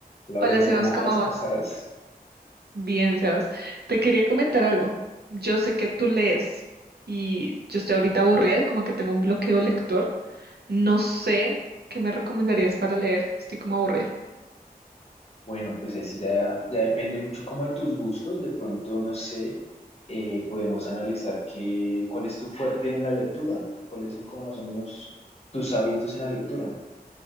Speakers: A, on the left (about 40°); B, on the right (about 85°).
A: Hola
B: Hola
A: Brenda,
B: Sebas,
A: ¿cómo
B: ¿cómo
A: vas? ¿Cómo
B: vas?
A: estás?
B: Bien, Sebas. Te quería comentar algo. Yo sé que tú lees y yo estoy ahorita aburrida, como que tengo un bloqueo lector. No sé qué me recomendarías para leer. Estoy como aburrida.
A: Bueno, pues ahí sí ya, ya depende mucho como de tus gustos. De pronto, no sé, eh, podemos analizar qué, cuál es tu fuerte en la lectura, cuáles son como más o menos tus hábitos en la lectura.